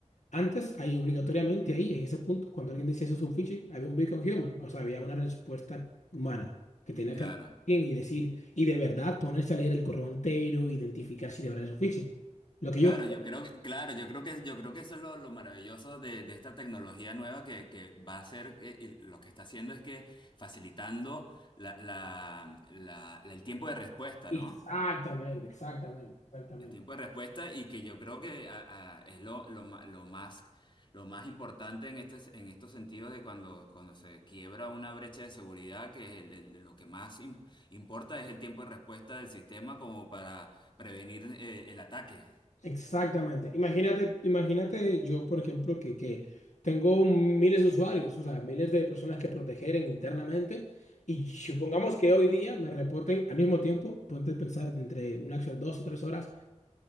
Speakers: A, on the left (about 75°); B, on the left (about 40°).
A: Antes, ahí obligatoriamente, ahí, en ese punto, cuando alguien decía eso es un phishing, había un beacon human, o sea, había una respuesta humana que tenía
B: claro.
A: que andar bien y decir, y de verdad ponerse a leer el correo entero, identificar si de verdad es un phishing. Lo que
B: Claro,
A: yo...
B: yo creo que, claro, yo creo que, yo creo que eso es lo, lo maravilloso de, de esta tecnología nueva que, que va a ser, que- y lo que está haciendo es que facilitando la, la, la- la- el tiempo de respuesta,
A: Exactamente,
B: ¿no?
A: exactamente, exactamente.
B: El tiempo de respuesta y que yo creo que a- a- es lo, lo, ma- lo más, lo más importante en, este, en estos sentidos de cuando, cuando se quiebra una brecha de seguridad, que es el- el- lo que más im- importa es el tiempo de respuesta del sistema como para prevenir eh, el ataque.
A: Exactamente. Imagínate, imagínate yo, por ejemplo, que, que tengo miles de usuarios, o sea, miles de personas que proteger en- internamente. Y supongamos que hoy día me reporten al mismo tiempo, ponte a pensar de entre una, dos o tres horas,